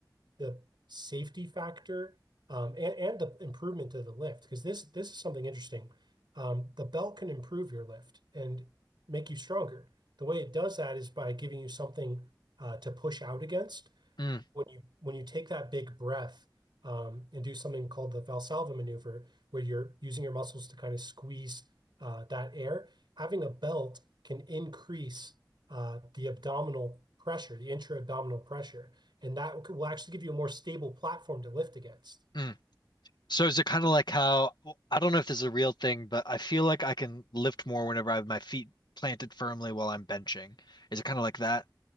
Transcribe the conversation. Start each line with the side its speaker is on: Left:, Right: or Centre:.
Right: the safety factor um, and, and the improvement to the lift because this this is something interesting. Um, the belt can improve your lift and make you stronger. The way it does that is by giving you something uh, to push out against
Left: mm,
Right: when you when you take that big breath um, and do something called the Valsalva maneuver, where you're using your muscles to kind of squeeze uh, that air, having a belt can increase uh, the abdominal pressure, the intra-abdominal pressure, and that will actually give you a more stable platform to lift against.
Left: mm. So is it kind of like how I don't know if this is a real thing, but I feel like I can lift more whenever I have my feet planted firmly while I'm benching. Is it kind of like that?